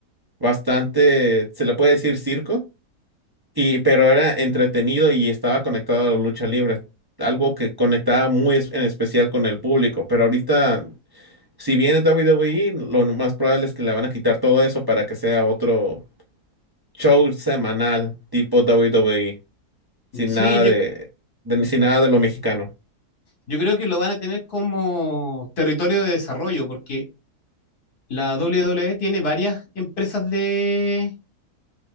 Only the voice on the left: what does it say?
Sí,
yo,
yo creo que lo van a tener como territorio de desarrollo, porque la WWE tiene varias empresas de,